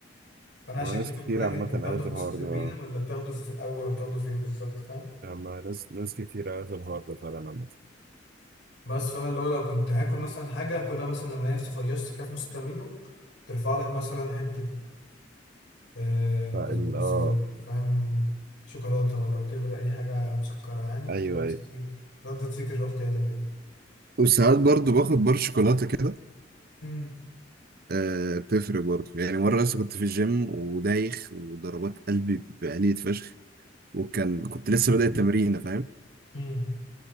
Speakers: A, on the left; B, on the right.
A: فانا عشان
B: مع ناس
A: كده كنت
B: كتير
A: بسألك
B: عامه
A: انت بتاخده
B: قالت
A: في
B: الحوار
A: نص التمرين
B: ده
A: ولا بتاخده في الاول ولا بتاخده فين بالظبط فاهم
B: يعني مع ناس ناس كتير قالت الحوار ده فعلا عامه
A: بس فانا اللي هو لو كنت هاكل مثلا حاجه هاكلها مثلا لما الاقي نفسي فيصت كده في نص التمرينه ترفع لك مثلا حته آه،
B: فال
A: بسبوسه
B: اه
A: ولا فاهم شوكولاته ولا وتفرق اي حاجه مسكره يعني
B: ايوه
A: تلاقي نفسك
B: ايوه
A: ايه ردت فكر روح تاني كده
B: وساعات برضو باخد بار شوكولاته كده
A: <laughs>
B: آه بتفرق برضو يعني مره لسه كنت في الجيم ودايخ وضربات قلبي بقلية فشخ وكان كنت لسه بادئ التمرين فاهم
A: امم